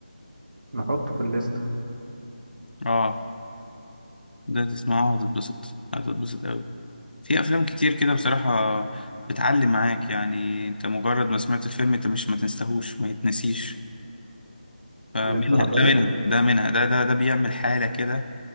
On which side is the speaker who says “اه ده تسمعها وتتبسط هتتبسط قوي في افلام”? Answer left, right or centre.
Left